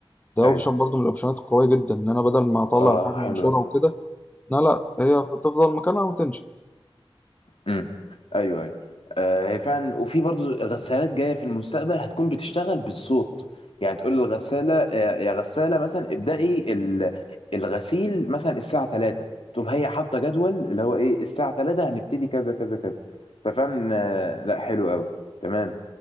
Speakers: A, on the left (about 15°); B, on the left (about 80°).
A: ده اوبشن
B: ايوه
A: برضو من الاوبشنات القويه جدا ان انا بدل ما اطلع
B: اه
A: الحاجه وانشرها
B: حلوه
A: وكده لا لا هي تفضل مكانها وتنشف
B: امم ايوه ايوه آه هي فعلا وفي برضو غسالات جايه في المستقبل هتكون بتشتغل بالصوت يعني تقول للغساله آه، يا غساله مثلا ابدأي ال- الغسيل مثلا الساعه 3 تقوم هي حاطه جدول اللي هو ايه الساعه 3 هنبتدي كذا كذا كذا ففعلا آه، لا حلو قوي تمام